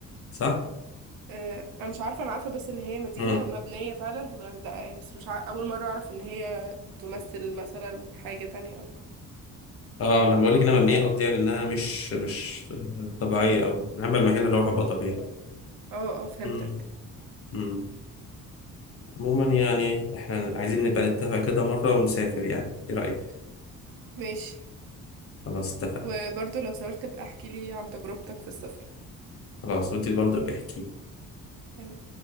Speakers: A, on the left; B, on the right.
A: صح؟
B: أه أنا مش عارفة أنا عارفة بس إن هي مدينة
A: مم.
B: مبنية فعلا في الغردقة يعني بس مش عارفة أول مرة أعرف إن هي تمثل مثلا حاجة تانية أو كده.
A: اه ما انا بقول لك انها مبنيه قصدي يعني انها مش مش آه، طبيعيه قوي انا بحب المكان اللي هو هيبقى طبيعي
B: اه اه فهمتك
A: مم. مم. عموما يعني احنا عايزين نبقى نتفق كده مره ونسافر يعني ايه رايك؟
B: ماشي
A: خلاص اتفقنا
B: وبرضو لو سافرت بقى احكيلي عن تجربتك في السفر
A: خلاص وانت برضه بحكي
B: تمام